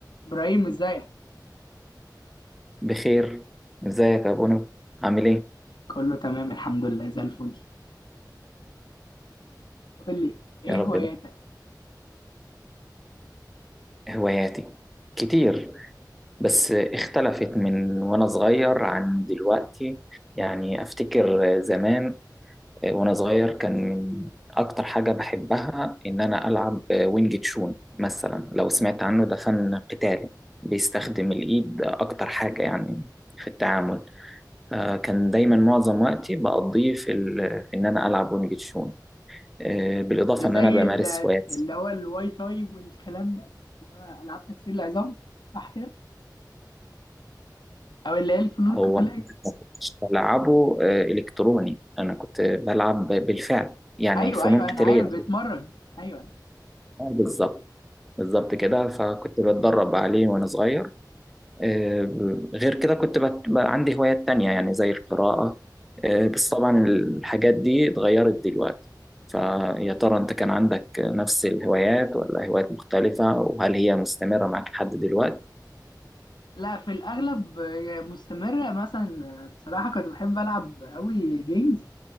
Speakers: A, on the left (about 80°); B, in the centre.
A: ابراهيم ازيك
B: بخير ازيك يا بونو عامل ايه
A: كله تمام الحمد لله زي الفل قول لي ايه
B: يا رب
A: هواياتك
B: ده هواياتي كتير بس اختلفت من وانا صغير عن دلوقتي يعني افتكر زمان وانا صغير كان من اكتر حاجة بحبها ان انا العب وينج تشون مثلا لو سمعت عنه ده فن قتالي بيستخدم الايد اكتر حاجة يعني في التعامل آه، كان دايما معظم وقتي بقضيه في ال- في ان انا العب وينج تشون آه، بالاضافه
A: ده زي
B: ان انا بمارس
A: ال-
B: هوايات
A: اللي هو الواي تاي والكلام ده اللي هو العاب تكسير العظام صح كده او اللي هي الفنون
B: هو
A: القتاليه
B: أنا ما كنتش بلعبه آه، الكتروني انا كنت بلعب بالفعل يعني
A: ايوه
B: فنون
A: ايوه
B: قتاليه
A: انا عارف
B: بالفعل
A: بتمرن ايوه ايوه
B: بالظبط بالظبط
A: أيوة.
B: كده فكنت بتدرب عليه وانا صغير آه، غير كده كنت بت... عندي هوايات تانية يعني زي القراءه آه، بس طبعا الحاجات دي اتغيرت دلوقتي فيا ترى انت كان عندك نفس الهوايات ولا هوايات مختلفه وهل هي مستمره معك لحد دلوقتي
A: لا في الاغلب آه، مستمره مثلا آه، بصراحه كنت بحب العب قوي جيمز